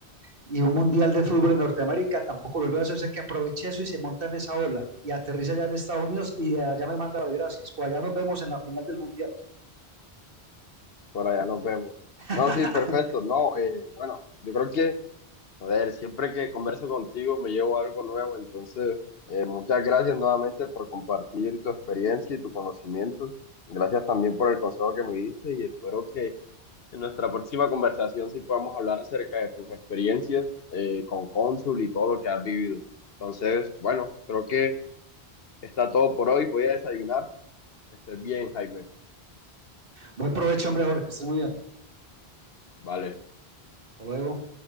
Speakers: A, on the right; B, on the left.
A: y un Mundial de Fútbol en Norteamérica tampoco lo vuelve a hacer, o sea, que aproveche eso y se monta en esa ola y aterriza allá en Estados Unidos y de allá me manda las gracias o allá nos vemos en la final del Mundial.
B: por allá nos vemos.
A: <laughs>
B: No, sí, perfecto. No, eh, bueno, yo creo que... A ver, siempre que converso contigo me llevo algo nuevo, entonces eh, muchas gracias nuevamente por compartir tu experiencia y tu conocimiento. Gracias también por el consejo que me diste y espero que en nuestra próxima conversación sí podamos hablar acerca de tus experiencias eh, con Cónsul y todo lo que has vivido. Entonces, bueno, creo que está todo por hoy. Voy a desayunar. Que estés bien, Jaime.
A: Buen provecho, hombre, Jorge, que estés muy bien.
B: Vale.
A: Hasta luego.